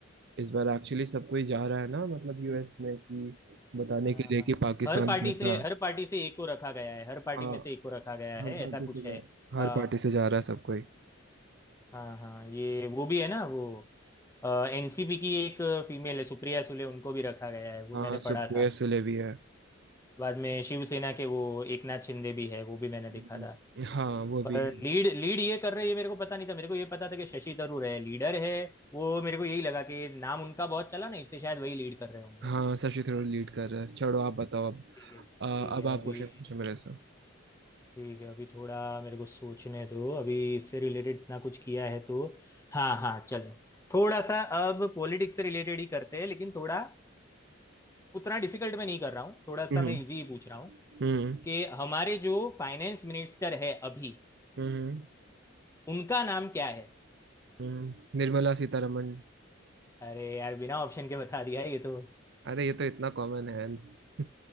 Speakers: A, on the right; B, on the left.
A: इस बार एक्चुअली सब कोई जा रहा है ना मतलब यूएस में कि बताने
B: हाँ
A: के लिए
B: हाँ
A: कि पाकिस्तान
B: हर पार्टी
A: कैसा
B: से हर पार्टी से एक को रखा गया है हर पार्टी
A: हाँ
B: में से एक को रखा गया
A: हर
B: है
A: पार्टी
B: ऐसा कुछ
A: से
B: है
A: जा हर
B: अ,
A: पार्टी से जा रहा है सब कोई
B: हाँ हाँ ये वो भी है ना वो एनसीपी की एक फीमेल है सुप्रिया सुले उनको भी रखा गया है वो
A: हाँ
B: मैंने
A: सुप्रिया
B: पढ़ा था
A: सुले भी है
B: बाद में शिवसेना के वो एकनाथ शिंदे भी है वो भी मैंने देखा
A: हम्म।
B: था
A: हाँ वो भी
B: पर
A: है
B: लीड लीड ये कर रहे हैं ये मेरे को पता नहीं था मेरे को ये पता था कि शशि थरूर है लीडर है वो मेरे को यही लगा कि नाम उनका बहुत चला ना इससे शायद वही लीड कर रहे होंगे
A: हाँ शशि थरूर लीड कर रहा है छोड़ो आप बताओ अब
B: ठीक है ठीक
A: अ, अब
B: है
A: आप
B: अभी
A: क्वेश्चन पूछो मेरे से
B: ठीक है अभी थोड़ा मेरे को सोचने दो अभी इससे रिलेटेड ना कुछ किया है तो हाँ हाँ चलो थोड़ा सा अब पॉलिटिक्स से रिलेटेड ही करते हैं लेकिन थोड़ा उतना डिफिकल्ट में नहीं कर रहा हूँ थोड़ा सा
A: हम्म
B: मैं इजी ही पूछ रहा हूँ
A: हम्म
B: कि हमारे जो फाइनेंस मिनिस्टर है अभी
A: हम्म
B: उनका नाम क्या है
A: हम्म। निर्मला सीतारमण
B: अरे यार बिना ऑप्शन के बता दिया ये तो
A: अरे ये तो इतना कॉमन है <laughs>